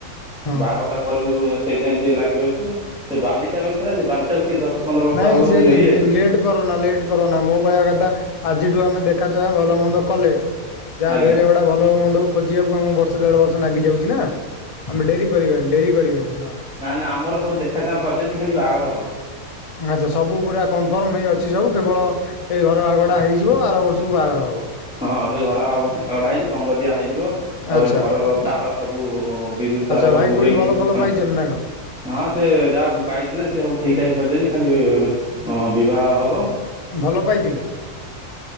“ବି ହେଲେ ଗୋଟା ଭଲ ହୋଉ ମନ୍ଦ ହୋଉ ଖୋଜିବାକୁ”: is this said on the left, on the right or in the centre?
Left